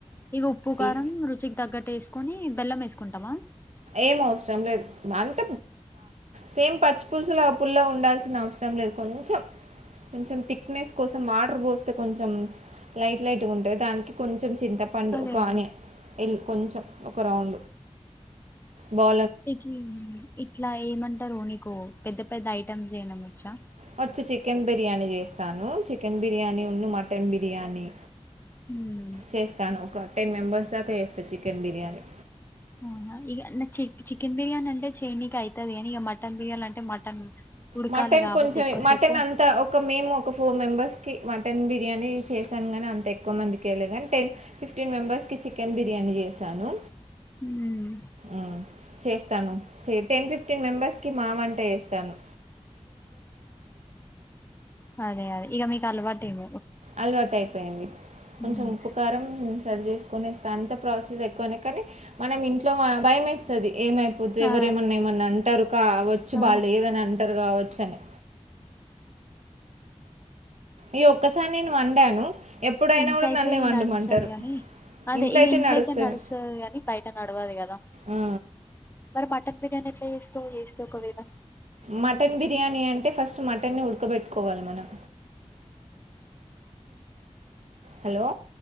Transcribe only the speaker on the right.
ఈ
ఏం అవసరం లేదు అంత సేమ్ పచ్చి పులుసులు ఆ పుల్లో ఉండాల్సిన అవసరం లేదు కొంచెం కొంచెం థిక్నెస్ కోసం వాటర్ పోస్తే కొంచెం లైట్ లైట్గా ఉంటే దానికి కొంచం చింతపండు
ఒక
ఆన్ కొంచ ఒక రౌం బ
వచ్చు చికెన్ బిర్యానీ చేస్తాను చికెన్ బిర్యానీ ఉన్ను మటన్ బిర్యానీ
చేస్తాను ఒక టెన్ మెంబెర్స్ దాకా చేస్తా చికెన్ బిర్యానీ
మటన్
కొంచెం
మటన్ అంతా ఒక మేము ఒక ఫోర్ మెంబెర్స్ మటన్ బిర్యానీ చేశాను గాని అంత ఎక్కువ మందికి చేయలే కానీ టెన్ ఫిఫ్టీన్ మెంబర్స్ కి చికెన్ బిర్యానీ చేశాను
ఉమ్ చేస్తాను టెన్ ఫిఫ్టీన్ మెంబర్స్ కి మామంటే వేస్తాను
అలవాటు అయిపోయింది కొంచెం
ఉప్పు కారం సరి చేసుకునేస్త అంత ప్రాసెస్ ఎక్కువనే కానీ మనం ఇంట్లో భయం ఎస్తది ఏమైపోతు
ఎవర ఏమన్నా ఏమన్నా అంటరు కావచ్చు
బా లేదని అంటారు కావచ్చని ఈ ఒక్కసారి నేను వండాను ఎప్పుడైనా
కూడా నన్నే వండమంటారు
ఇంట్లో
అయితే
నడుస్తది
ఆ
మటన్ బిర్యానీ అంటే ఫస్ట్ మటన్ని ఉడకబెట్టుకోవాలి మనం హలో